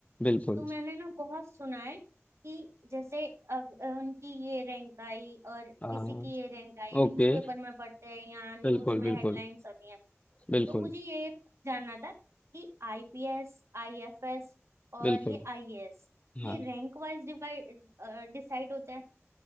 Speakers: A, on the left; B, on the right.
A: बिल्कुल।
B: तो मैंने ना बहुत सुना है कि जैसे अब अ, उनकी ये रैंक आई और
A: हाँ,
B: किसी की ये रैंक आई न्यूज़पेपर
A: ओके,
B: में पढ़ते हैं या न्यूज़
A: बिल्कुल,
B: में
A: बिल्कुल,
B: हेडलाइंस आती हैं
A: बिल्कुल,
B: तो मुझे ये जानना था कि आईपीएस आईएफएस और
A: बिल्कुल,
B: ये आईएएस ये
A: हाँ।
B: रैंक वाइज डिवाइड डिसाइड होते हैं